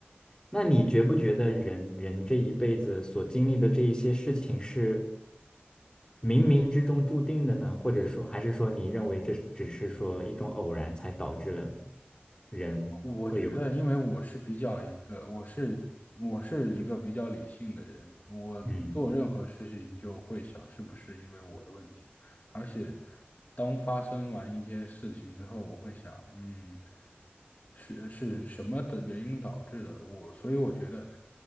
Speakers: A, on the left (about 20°); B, on the left (about 45°).
A: 那你觉不觉得人人这一辈子所经历的这一些事情是冥冥之中注定的呢？或者说，还是说你认为这只是说一种偶然才导致了人会有
B: 我觉得，因为我是比较一个，我是我是一个比较理性的人，我做任何事情就会想是不是因为我的问题。
A: 嗯
B: 而且当发生完一些事情之后，我会想，嗯，是是什么的原因导致的？我，所以我觉得，